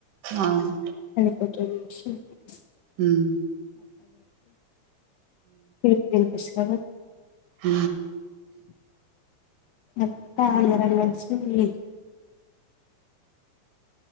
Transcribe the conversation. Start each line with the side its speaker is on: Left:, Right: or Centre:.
Right: అవును
Left: ఓకే స
Right: హుమ్
Left: అ అ
Right: హ
Left: అత్త అన్నర మరిచ